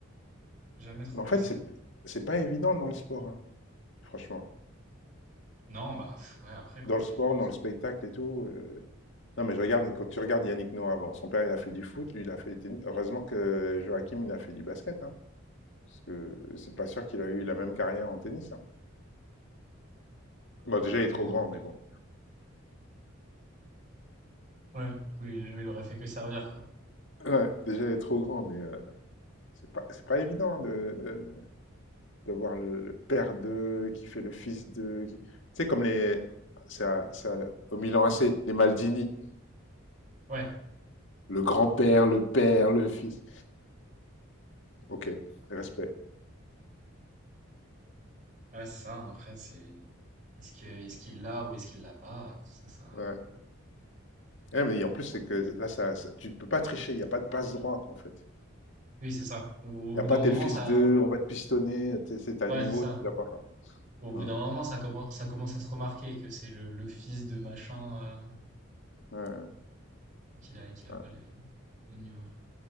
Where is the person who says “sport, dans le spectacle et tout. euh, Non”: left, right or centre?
Left